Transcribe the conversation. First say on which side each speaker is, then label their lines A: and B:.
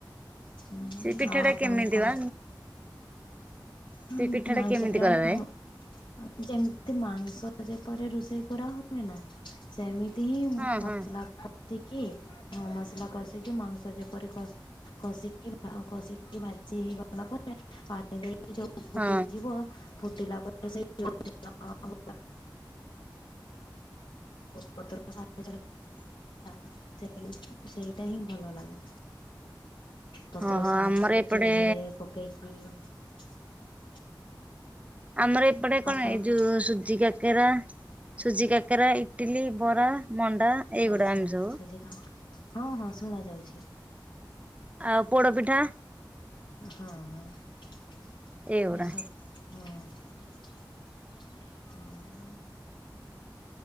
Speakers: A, on the left (about 75°); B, on the right (about 15°).
A: ହୁଁ
B: ସେ ପିଠା
A: ଆଉ
B: ଟା
A: ଆପଣଙ୍କର
B: କେମିତି ବା
A: ହଁ
B: ସେ ପିଠା
A: ମାଂଶ
B: ଟା କେମିତି
A: ପିଠା
B: କରାଯାଏ
A: ଯେମିତି ମାଂସ ଯେପରି ରୋଷେଇ କରା ହୁଏ ନା। ସେମିତି ହିଁ
B: ହଁ ହଁ
A: ମସଲା କଷିକି ମସଲା କଷିକି ମାଂସ ଯେପରି କ। କଷିକି କଷିକି ଭାଜି ହେଇଗଲା ପରେ ପାଣି ଦେଇକି ଯୋଉ ଫୁଟିଯିବ।
B: ହଁ
A: ଫୁଟିଲା କିପରେ। ଆଉ ପତ୍ର ସ <inaudible> <inaudible> ସେଇ ସେଇଟା ହିଁ ଭଲ ଲାଗେ। ପତ୍ର
B: ଓହୋ
A: ସାହାଯ୍ୟରେ
B: ଆମର ଏପଟେ
A: ଚୁଲିରେ <unintelligible> <unintelligible>
B: ଆମର ଏପଟେ କଣ
A: ଆପଣଙ୍କୁ
B: ଏଇ ଯୋଉ ସୁଜିିକା କକେରା ସୁଜି କାକେରା, ଇଟିଲି, ବରା, ମଣ୍ଡା ଏଇଗୁଡା
A: ଆଚ୍ଛା
B: ଆମେ ସବୁ।
A: ସୁଜି କାମ ହଁ ହଁ ଶୁଣା ଯାଉଛି।
B: ଆଉ ପୋଡପିଠା।
A: ହଁ ହଁ
B: ଏଇଗୁଡା
A: ଏସବୁ। ହଁ ହଁ।